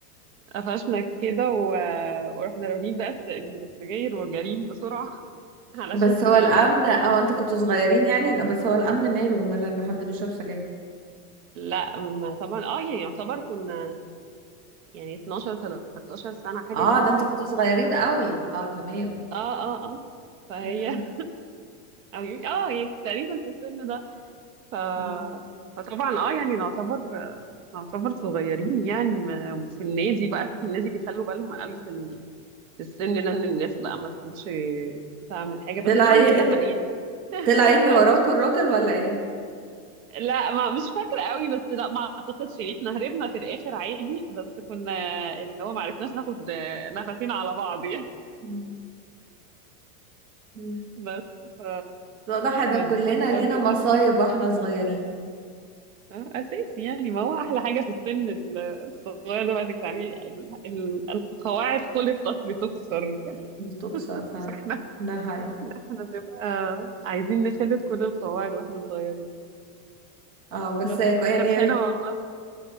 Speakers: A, on the right; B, on the right.
A: قفشنا كده و... ورحنا رامين بقى الس- السجاير وجارين بسرعه <laughs> علشان
B: بس هو الامن او انتوا كنتوا صغيرين يعني بس هو الامن ماله ماله ان حد بيشرب سجاير
A: لا ما طبعا اه يعني يعتبر كنا يعني 12 13 سنة حاجة
B: اه
A: كده
B: ده انتوا كنتوا صغيرين قوي اه تمام
A: اه اه اه فهي
B: مم.
A: <laughs> او يم- اه يعني تقريبا في السن ده ف
B: مم.
A: فطبعا اه يعني نعتبر نعتبر صغيرين يعني ما في النادي بقى في النادي بيخلوا بالهم قوي في ال... في السن ده ان الناس بقى ما تكونش بتعمل حاجة بس
B: طلع
A: الحمد
B: ايه
A: لله ما يعني
B: طلع
A: <laughs>
B: يجري
A: ما
B: وراكوا
A: قفشناش
B: الراجل ولا ايه
A: لا ما مش فاكرة قوي بس لا ما اعتقدش يعني احنا هربنا في الاخر عادي بس كنا اللي هو ما عرفناش ناخد نفسنا على بعض يعني
B: مم. مم.
A: بس ف...
B: واضح ده
A: فدي
B: كلنا
A: كانت برضه
B: لينا مصايب
A: ده
B: واحنا صغيرين
A: آه، اساسي يعني ما هو احلى حاجه في السن ال- الصغير ده بقى انك تعملي ال... ال... القواعد خلقت لتكسر <laughs>
B: بتكسر فعلا
A: فاحنا
B: ده حقيقي
A: احنا بنبقى عايزين نخلق كل القواعد واحنا صغيرين
B: اه بس
A: بس
B: يعني
A: كانت حلوه والله